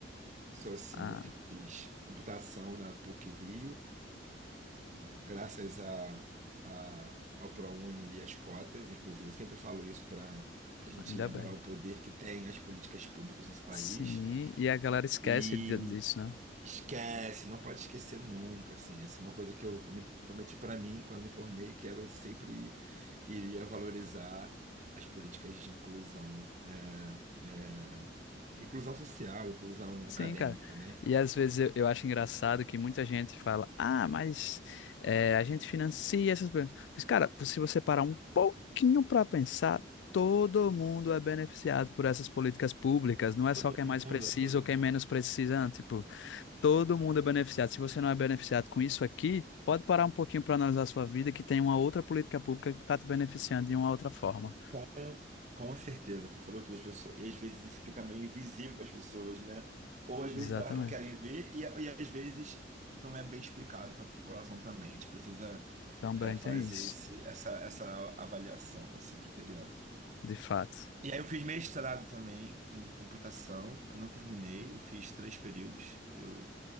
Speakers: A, on the right (about 40°); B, on the left (about 75°).
A: sou assim.
B: Ah,
A: Eu fiz computação na PUC-Rio. graças a, a- ao ProUni e às cotas, inclusive, eu sempre falo isso para a gente
B: ainda
A: lembrar
B: bem.
A: o poder que tem as políticas públicas nesse país.
B: Sim, e a galera esquece
A: E
B: de- disso, né?
A: esquece, não pode esquecer nunca, assim, essa é uma coisa que eu me prometi para mim quando me formei, que era eu sempre iria valorizar as políticas de inclusão, é, é, inclusão social, inclusão
B: Sim,
A: acadêmica,
B: cara.
A: né?
B: E às vezes eu, eu acho engraçado que muita gente fala, ah, mas é, a gente financia essas coisas. Mas, cara, se você parar um pouquinho para pensar, todo mundo é beneficiado por essas políticas públicas. Não
A: Todo
B: é só quem é mais precisa
A: mundo, todo
B: ou quem
A: mundo.
B: é menos precisa. não. Tipo, todo mundo é beneficiado. Se você não é beneficiado com isso aqui, pode parar um pouquinho para analisar a sua vida, que tem uma outra política pública que está te beneficiando de uma outra forma.
A: Com, com certeza, você falou todas as pessoas, e às vezes isso fica meio invisível para as pessoas, né? Ou às
B: Exatamente.
A: vezes elas não querem ver, e, e às vezes não é bem explicado para a população também. A gente precisa
B: Também
A: é, fazer
B: tem isso,
A: esse, essa, essa avaliação assim, criteriosa.
B: de fato.
A: E aí eu fiz mestrado também em computação, eu não terminei, eu fiz três períodos. Eu